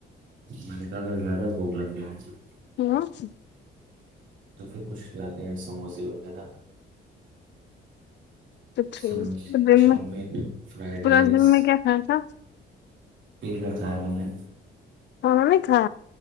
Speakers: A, on the right; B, on the left.
A: میں نے کہ اگر زیادہ بھوک لگ گ ہے <unintelligible>
B: <unintelligible>
A: تو پھر کچھ کلاتے ہیں سموسے وغیرہ
B: تو ٹھیک
A: سموسے
B: تو دن
A: چاؤمین
B: میں
A: فرائیڈ
B: پورا
A: رائس
B: دن میں کیا کھایا تھا
A: رکھایا میں نے
B: ہاں رمی تھا